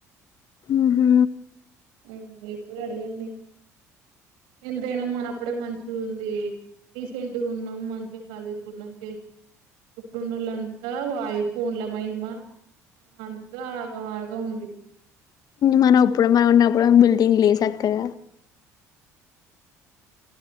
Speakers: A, on the left; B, on the right.
A: ఉహు
B: ఉ ఎప్పుడు అడిగింది ఎంతైనా మన అప్పుడే మంచిగుంది డిసెంట్గున్నాం. మంచిగా చదువుకున్నం. చేసి ఇప్పుడున్నోల్లంతా వాయి ఫోన్ల మహిమా అంత ఆగం మాగం ఉంది
A: మన అప్పుడు మనం ఉన్నప్పుడు బిల్టింగ్ లేసాకద